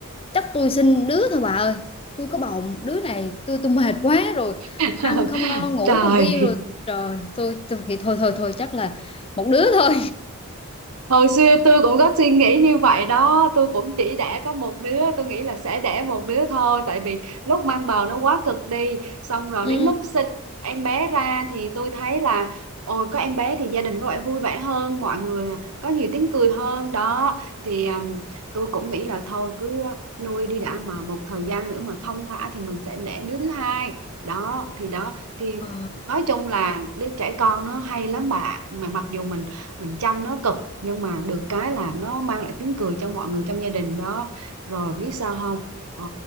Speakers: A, on the left; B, on the right.
A: chắc tôi sinh đứa thôi bà ơi tôi có bầu một đứa này tôi tôi mệt quá rồi
B: <laughs>
A: ăn không ngon ngủ
B: trời
A: không yên rồi trời tôi, tôi thì thôi thôi thôi chắc là một đứa thôi
B: hồi xưa tôi cũng có suy nghĩ như vậy đó tôi cũng chỉ đẻ có một đứa tôi nghĩ là sẽ đẻ một đứa thôi tại vì lúc mang bầu nó quá cực đi xong rồi
A: <laughs> ừ
B: đến lúc sinh em bé ra thì tôi thấy là ôi có em bé thì gia đình có vẻ vui vẻ hơn mọi người có nhiều tiếng cười hơn đó thì um, tôi cũng nghĩ là thôi cứ nuôi đi đã mà một thời gian nữa mà thong thả thì mình sẽ đẻ đứa thứ hai đó thì đó thì
A: ờ
B: nói chung là đứa trẻ con nó hay lắm bà mà mặc dù mình mình chăm nó cực nhưng mà được cái là nó mang lại tiếng cười cho mọi người trong gia đình đó rồi biết sao không ờ,